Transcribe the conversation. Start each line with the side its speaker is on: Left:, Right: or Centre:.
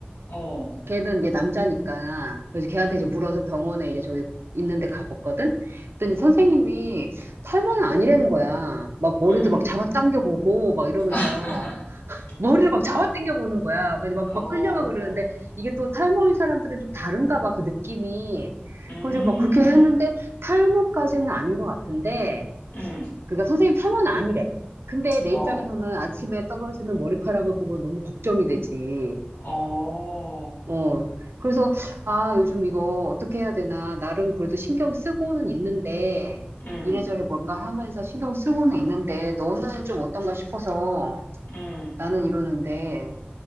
Left: 어,
Right: 걔는 이제 남자니까 그래서 걔한테 이제 물어서 병원에 이제 저기 있는데 가봤거든. 그랬더니 선생님이 탈모는 아니라는 거야. 막 머리도
Left: 음,
Right: 막 잡아당겨 보고 막 이러면서
Left: <laughs>
Right: 머리를 막 잡아당겨 보는 거야. 그래서 막,
Left: 어,
Right: 막 끌려가고 그러는데 이게 또 탈모인 사람들은 좀 다른가 봐, 그 느낌이.
Left: 음,
Right: 그래서 막 그렇게 했는데 탈모까지는 아닌 것 같은데
Left: 음,
Right: 그니까 선생님 탈모는 아니래. 근데 내
Left: 어,
Right: 입장에서는 아침에 떨어지는 머리카락을 보면 너무 걱정이 되지.
Left: 어,
Right: 어, 그래서, 아, 요즘 이거 어떻게 해야 되나. 나름 그래도 신경 쓰고는 있는데,
Left: 음,
Right: 이래저래 뭔가 하면서 신경 쓰고는 있는데, 너는 좀 어떤가 싶어서
Left: 음,
Right: 나는 이러는데,